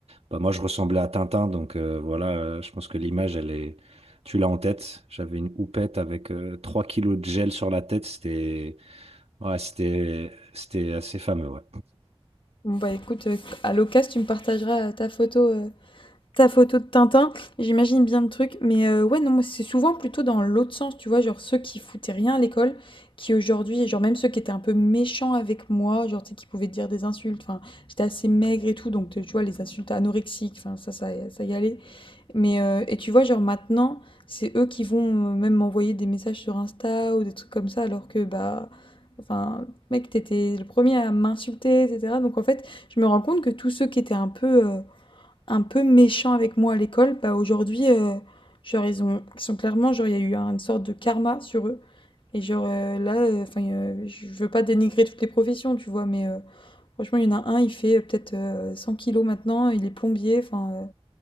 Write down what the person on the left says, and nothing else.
Bon bah écoute, euh, à l'occasion, tu me partageras euh, ta photo, euh, ta photo de Tintin. J'imagine bien le truc, mais euh, ouais, non, moi c'est souvent plutôt dans l'autre sens, tu vois, genre ceux qui foutaient rien à l'école, qui aujourd'hui, genre même ceux qui étaient un peu méchants avec moi, genre tu sais, qui pouvaient te dire des insultes. Enfin, j'étais assez maigre et tout, donc tu vois les insultes anorexiques, enfin ça, ça, ça y allait. Mais euh, et tu vois, genre maintenant, c'est eux qui vont euh, même m'envoyer des messages sur Insta ou des trucs comme ça, alors que bah, enfin, mec, t'étais le premier à m'insulter, etc. Donc en fait, je me rends compte que tous ceux qui étaient un peu, euh, un peu méchants avec moi à l'école, bah aujourd'hui, euh, genre ils ont, ils sont clairement, genre il y a eu une sorte de karma sur eux. Et genre euh, là, euh, enfin, euh, je veux pas dénigrer toutes les professions, tu vois, mais euh, franchement, il y en a un, il fait euh, peut-être euh, 100 kilos maintenant, il est plombier, enfin. euh,